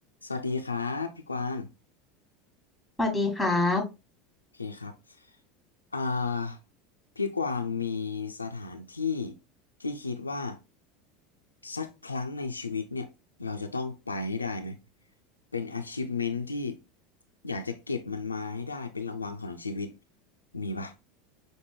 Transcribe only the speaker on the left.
สวัสดีครับพี่กวาง
โอเคครับอ่าพี่กวางมีสถานที่ที่คิดว่าสักครั้งในชีวิตเนี่ยเราจะต้องไปให้ได้ไหมเป็น achievement ที่อยากจะเก็บมันมาให้ได้เป็นรางวัลของชีวิตมีป่ะ